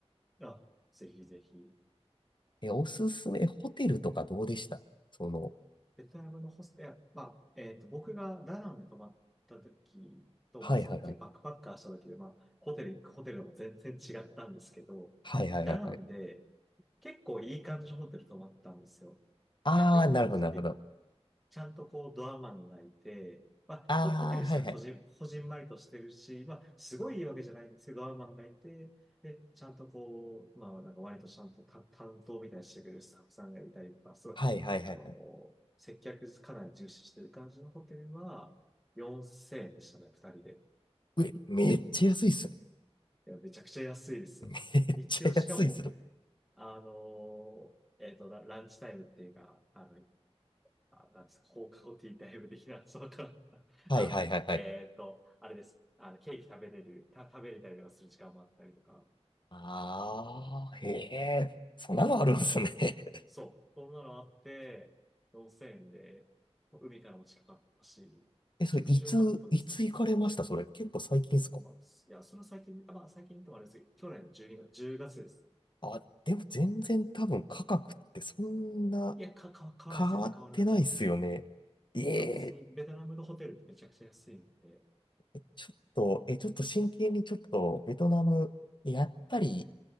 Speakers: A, in the centre; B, on the left.
A: あ、ぜひぜひ。
B: え、おすすめ、ホテルとかどうでしたその、
A: ベトナムのホステル、まあ、えっと、僕がダナンで泊まった時と、
B: はいはいはい。
A: まあ、その、バックパッカーした時で、まあ、ホテル、ホテルでも全然違ったんですけど、
B: はいはいはいはい。
A: ダナンで結構いい感じのホテル泊まったんですよ。
B: あー、
A: いや、まあ、いい感じって
B: なるほどなるほど。
A: ちゃんとこうドアマンがいて、まあ、
B: あー、
A: ホ、ホテル自体はこじん、
B: はいはい。
A: こじんまりとしてるし、まあ、すごいいいわけじゃないんですけど、ドアマンがいて、で、ちゃんとこう、まあ、なんか割とちゃんとた担当みたいにしてくれるスタッフさんがいたりとか、すごい、
B: はいはいはいはい。
A: あの、接客かなり重視してる感じのホテルは、4000円でしたね、二人で。
B: うえ、めっちゃ安いっすね。
A: いや、めちゃくちゃ安いですよ。
B: <laughs> めっちゃ安いっすね。
A: 一応、しかも、あの、えっと、ラランチタイムっていうか、あの、あ、なんですか、放課後ティータイム的な、そうか。<laughs>
B: はいはいはいはい。
A: あの、えーっと、あれです。あの、ケーキ食べれる、た、食べれたりとかする時間もあったりとか。
B: ああ、へえ、そんなのあるんですね。<laughs>
A: そう、そんなのあって、温泉で、海からも近かったし、めちゃくちゃ良かったですね。
B: え、それ、いつ、いつ行かれましたそれ、結構最近っすか
A: まあ、いや、それは最近、あまあ、最近ともあれですけど、去年の12月、1ですね。
B: あ、でも全然多分価格ってそんな
A: いや、か、か、変わらない、
B: 変わってないっすよね。
A: 全然変わらないと思います。
B: ええ、
A: まあ、別に、ベトナムのホテルってめちゃくちゃ安いんで、
B: えちょっと、え、ちょっと真剣にちょっと、ベトナム、やっぱり、